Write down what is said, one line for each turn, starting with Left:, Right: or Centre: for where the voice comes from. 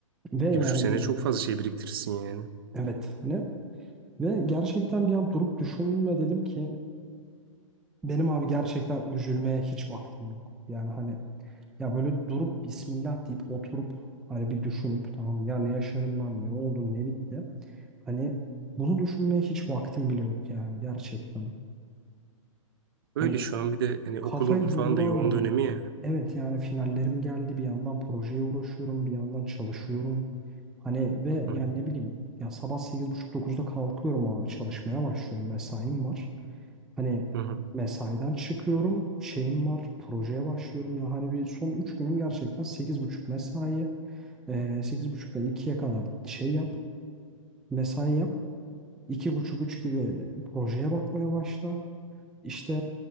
Centre: Ve
Right: Bir
Centre: yani
Right: buçuk sene
Centre: bir
Right: çok fazla şey biriktirirsin yani.
Centre: evet hani ve gerçekten bir an durup düşündüm ve dedim ki benim abi gerçekten üzülmeye hiç vaktim yok. Yani hani ya böyle durup Bismillah deyip oturup hani bir düşünüp tamam ya ne yaşadım ben ne oldu ne bitti. Hani bunu düşünmeye hiç vaktim bile yok yani gerçekten.
Right: Öyle
Centre: Hani
Right: şu an bir de hani okulun
Centre: Kafayı
Right: falan
Centre: durduramıyorum.
Right: da yoğun dönemi ya.
Centre: Evet yani finallerim geldi. Bir yandan projeye uğraşıyorum. Bir yandan çalışıyorum. Hani ve
Right: Hı
Centre: yani
Right: hı.
Centre: ne bileyim ya sabah 8.30-9'da kalkıyorum abi çalışmaya başlıyorum. Mesaim var. Hani
Right: Hı hı.
Centre: mesaiden çıkıyorum. Şeyim var. Projeye başlıyorum. Ya hani bir son 3 günüm gerçekten 8.30 mesai. Ee, 8.30'dan 2'ye kadar şey yap. Mesai yap. 2.30-3 gibi projeye bakmaya başla. İşte